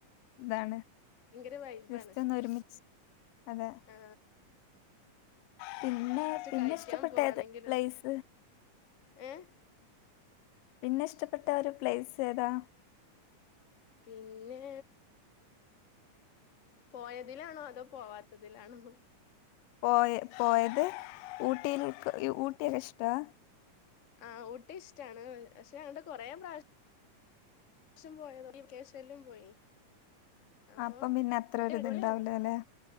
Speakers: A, on the left (about 40°); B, on the left (about 90°).
A: ഉം.
B: ഇതാണ്
A: ഭയങ്കര വൈബ്
B: ജസ്റ്റ്
A: ആണ്
B: ഒന്ന് ഒരുമിച്ച് അതെ
A: ആ
B: പിന്നെ പിന്നെ
A: കഴിക്കാൻ
B: ഇഷ്ട്ടപ്പെട്ട
A: പോവാണെങ്കിലും
B: ഏതാ പ്ലെയ്സ്
A: ഏഹ്
B: പിന്നെ ഇഷ്ട്ടപ്പെട്ട ഒരു പ്ലൈസ് ഏതാ
A: പിന്നെ പോയതിലാണോ അതോ പോവാത്തതിലാണോ
B: പോയ പോയത് ഊട്ടിയിൽ ഊട്ടിയൊക്കെ ഇഷ്ട്ടാ
A: ആ ഊട്ടി ഇഷ്ട്ടാണ്പക്ഷെ അങ്ങട്ട് കൊറേ പ്രാവ- ശ്യം പോയി വെക്കേഷനിലും പോയി അപ്പൊ
B: അപ്പം പിന്നെ അത്രയൊരുദിണ്ടാവില്ല
A: ഊട്ടി അടിപൊളിയാണ്
B: അല്ലേ